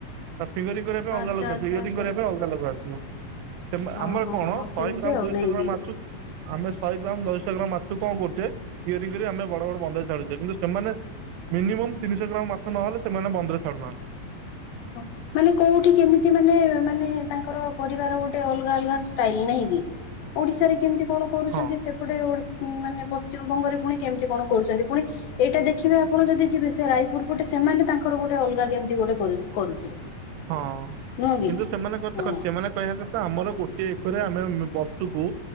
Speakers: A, on the right; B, on the left.
A: ଆ ଫିଙ୍ଗରିଙ୍ଗ କରିବା ପାଇଁ ଅଲଗା
B: ଆଚ୍ଛା
A: ଲୋକ
B: ଆଚ୍ଛା
A: ଆସିବ ଇୟରିଙ୍ଗ
B: ଆଚ୍ଛା।
A: କରିବା ପାଇଁ ଅଲଗା ଲୋକ ଆସିବ। ସେମା
B: ହଁ
A: ଆମର
B: ହଁ
A: କଣ
B: ହଁ ସେମିତି
A: ଶହେ ଗ୍ରାମ
B: ଆଉ
A: ଦୁଇଶହ
B: ନାଇଁ
A: ଗ୍ରାମ
B: କି
A: ମାଛକୁ ଆମେ ଶହେ ଗ୍ରାମ ଦୁଇଶହ ଗ୍ରାମ ମାଛକୁ କଣ କରୁଚେ ଇୟରିଙ୍ଗ କରି ଆମେ ବଡ଼ ବଡ଼ ବନ୍ଦରେ ଛାଡ଼ୁଚେ କିନ୍ତୁ ସେମାନେ ମିନିମମ୍ ତିନିଶହ ଗ୍ରାମ ମାଛ ନହଲେ ସେମାନେ ବନ୍ଦରେ ଛଡ଼ୁନାହାନ୍ତି।
B: ହଁ। ମାନେ କୋଉଠି କେମିତି ମାନେ ମାନେ ତାଙ୍କର କରିବାର ଗୋଟେ ଅଲଗା ଅଲଗା ଷ୍ଟାଇଲି ନାହିଁ କି। ଓଡ଼ିଶାରେ କେମିତି କଣ କରୁଚନ୍ତି
A: ହଁ।
B: ସେ ଗଟେ ଓଡ଼ି ମାନେ ପଶ୍ଚିମବଙ୍ଗରେ ପୁଣି କେମିତି କଣ କରୁଚନ୍ତି ପୁଣି ଏଇଟା ଦେଖିବେ ଆପଣ ଯଦି ଯିବେ ସେ ରାୟପୁର ପଟେ ସେମାନେ ତାଙ୍କର ଗୋଟେ ଅଲଗା କେମିତି ଗୋଟେ କରୁ କରୁଥିବେ।
A: ହଁ
B: ନୁହଁ କି
A: କିନ୍ତୁ ସେମାନେ ତାଙ୍କ
B: ହଁ
A: ସେମାନେ କହିବା କଥା ଆମର ଗୋଟିଏ ଏକରେ ଆମେ ବର୍ଷକୁ